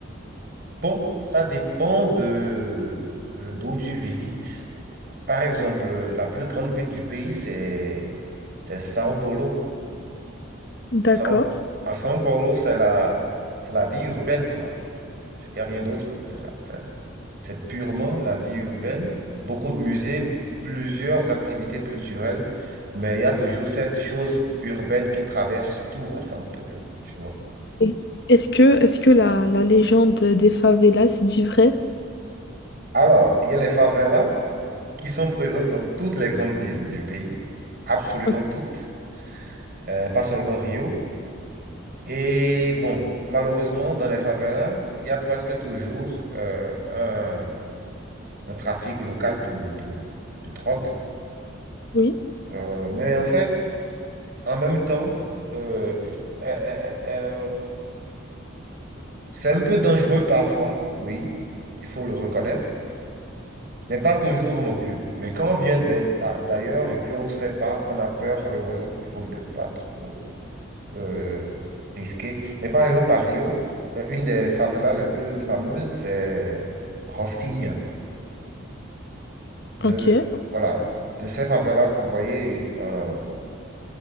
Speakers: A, on the right; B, on the left.
A: Bon, ça dépend de euh, d'où tu visites. Par exemple, la plus grande ville du pays, c'est c'est São Paulo. São-
B: D'accord.
A: À São Paulo, c'est la... c'est la vie urbaine, quoi. Il n'y a rien d'autre. C'est la- c'est c'est purement la vie urbaine. Beaucoup de musées, plusieurs activités culturelles, mais il y a toujours cette chose urbaine qui traverse tout à São Paulo, tu vois.
B: Et Est-ce que, est-ce que la, la légende des favelas dit vrai?
A: Alors, il y a les favelas. qui sont présentes dans toutes les grandes villes du pays, absolument
B: Ok,
A: toutes, euh, pas seulement Rio. Et bon, malheureusement, dans les favelas, il y a presque toujours euh, un, un trafic local de, de, de drogue.
B: Oui,
A: Euh, mais en fait, en même temps, euh, euh, euh, euh, c'est un peu dangereux parfois, oui, il faut le reconnaître. Mais pas toujours non plus. Mais quand on vient d'a- d'ailleurs et puis on ne sait pas, on a peur, et on, il vaut mieux pas trop. euh, risqué. Mais par exemple, à Rio, euh, une des favelas les plus fameuses, c'est Rocinha. De,
B: ok.
A: voilà, de ces favelas que vous voyez euh,